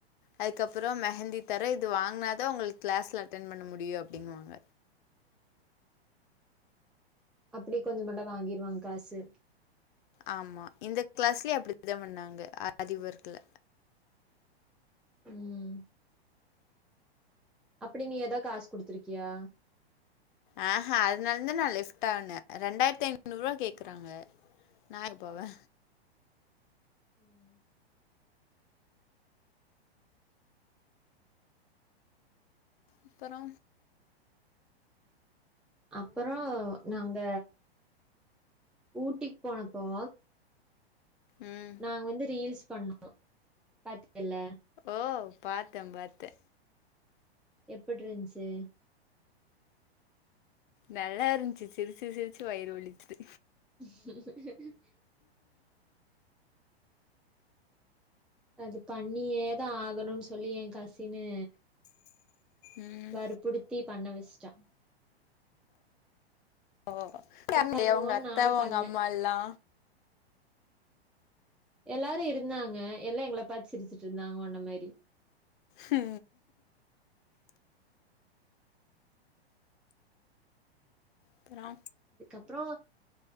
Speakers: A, on the left; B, in the centre.
A: அதுக்கப்புறோ மெஹந்தி தரோ இது வாங்கனாதா உங்களுக்கு கிளாஸ்ல அட்டன் பண்ண முடியு அப்பிடிங்குவாங்க
B: அப்பிடி கொஞ்சமாட வாங்கிருவாங்க காசு
A: ஆமா இந்த கிளாஸ்லயே அப்பிடிதா பண்ணாங்க அதிபர்கள
B: ம் அப்டி நீ எதா காஸ் குடுத்துருக்கியா
A: ஆஹ் அதனாலதா நா லெப்ட் ஆனே ரெண்டாயிரத்தி ஐநூறு ரூவா கேக்குறாங்க நா எங்க போவே
B: ம்
A: அப்புறோ
B: அப்புறோ நாங்க ஊட்டிக்கு போனப்போ
A: ம்.
B: நாங்க வந்து ரீல்ஸ் பண்ணோ பாத்தல்ல
A: ஓ பாத்தே பாத்தே
B: எப்பட்ருந்துச்சு
A: நல்லா இருந்துச்சு சிரிச்சு சிரிச்சு வயிறு வலிச்சிது
B: <unintelligible> அது பண்ணியே தா ஆகணும்னு சொல்லி எ காஸ் ஸ்ஸினு
A: ம்.
B: வற்புறுத்தி பண்ணவச்டா
A: ஓ <inaudible>
B: பண்ணுவோன்னு
A: உங்க அத்த
B: நானு
A: உங்க
B: பண்ண
A: அம்மால்லா
B: எல்லாரும் இருந்தாங்க எல்லாரு இருந்தாங்க எல்லா எங்கள பாத்து சிருச்சுட்டு இருந்தாங்க ஒன்ன மாரி
A: உ அப்றோ
B: அதுக்கப்புறோ